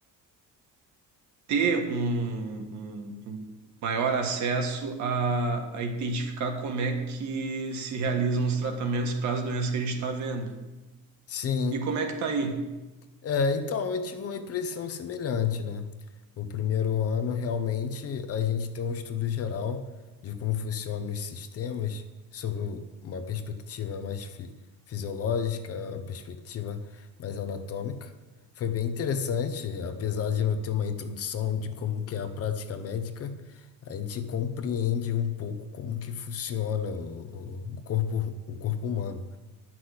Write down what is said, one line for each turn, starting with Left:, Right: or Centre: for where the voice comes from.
Right: ter um, um- um maior acesso a, a identificar como é que se realizam os tratamentos para as doenças que a gente está vendo.
Left: sim.
Right: E como é que tá aí?
Left: É, então, eu tive uma impressão semelhante, né? O primeiro ano, realmente, a gente tem um estudo geral de como funcionam os sistemas, sobre o- uma perspectiva mais fi- fisiológica, uma perspectiva mais anatômica. Foi bem interessante, apesar de não ter uma introdução de como que é a prática médica, a gente compreende um pouco como que funciona o, o corpo, o corpo humano.